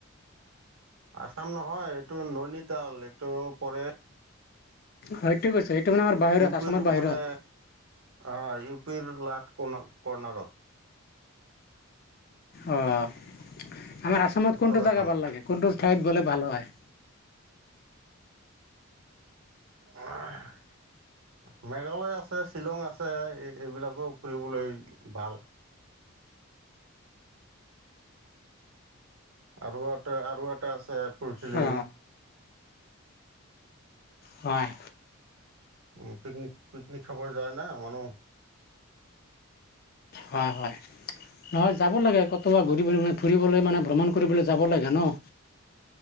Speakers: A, on the right; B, on the left.
A: আছাম নহয় এইটো ননিতাল এইটো পৰে
B: হয়টো কৈছ সেইটো মানে আমাৰ বাহিৰত
A: ইউ পিৰ
B: আছামৰ বাহিৰত।
A: মানে অ' ইউ পিৰ লাষ্ট কন কৰ্নাৰত।
B: অ', আমাৰ আছামত
A: উত্তৰাখণ্ড
B: কোনটো জাগা ভাল লাগে? কোনটো ঠাইত গ'লে ভাল হয়?
A: <unintelligible> মেঘালয় আছে, শ্বিলং আছে এ এইবিলাকো ফুৰিবলৈ ভাল। আৰু এটা আৰু এটা আছে ফুল ফিলিং।
B: অ হয়।
A: উম পিকনিক, পিকনিক খাব যায় না মানুহ।
B: হয় হয়। নহয় যাব লাগে ক'তবা ঘূৰি ফুৰি মানে ফুৰিবলৈ মানে ভ্ৰমণ কৰিবলৈ যাব লাগে ন'।